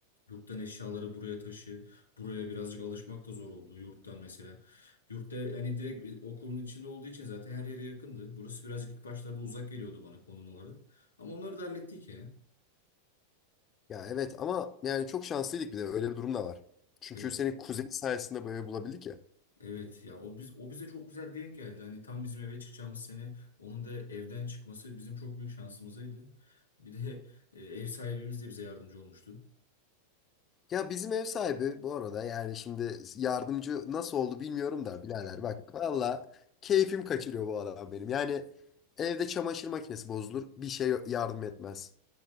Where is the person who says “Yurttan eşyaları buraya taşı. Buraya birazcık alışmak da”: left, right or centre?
Left